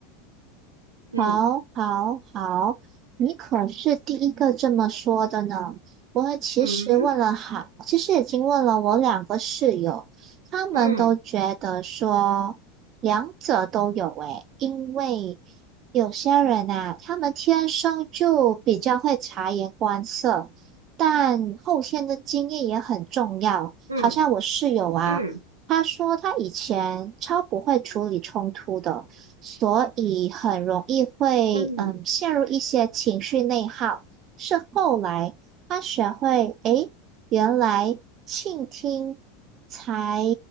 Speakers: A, on the right (about 85°); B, on the right (about 40°).
A: 嗯
B: 好，好，好，你可是第一个这么说的呢。我其实问了好，
A: 嗯
B: 其实已经问了我两个室友，他们都觉得说两者都有诶，
A: 嗯
B: 因为有些人呐、他们天生就比较会察言观色，但后天的经验也很重要。
A: 嗯
B: 好像我室友啊，
A: 嗯
B: 他说他以前超不会处理冲突的。所以很容易会嗯陷入一些情绪内耗。
A: 嗯嗯。
B: 是后来他学会，诶，原来倾听才